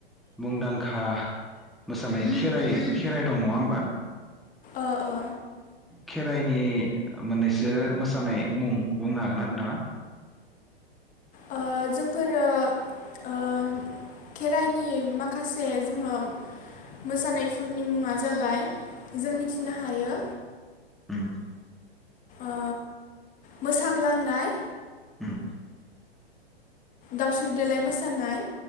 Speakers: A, in the centre; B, on the left (about 25°).
A: मुंदांखा मोसानाय खेराइ खेराइ दं नङा होमबा?
B: ओ ओ
A: खेराइनि मोननैसो मोसानाय मुं बुंनो हागोन ना नोंथाङा?
B: ओ जोंफोरो ओ खेराइनि माखासे जोङो मोसानायफोरनि मुंङा जाबाय जों मिथिनो हायो
A: ओम
B: ओ मोसाग्लांनाय
A: उम
B: दावस्रि देलाय मोसानाय